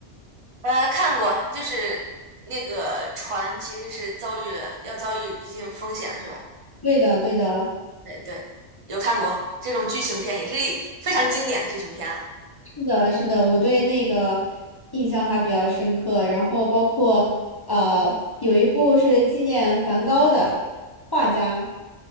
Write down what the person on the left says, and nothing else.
对的，对的，
是的，是的，我对那个印象还比较深刻。然后包括呃，有一部是纪念梵高的画家。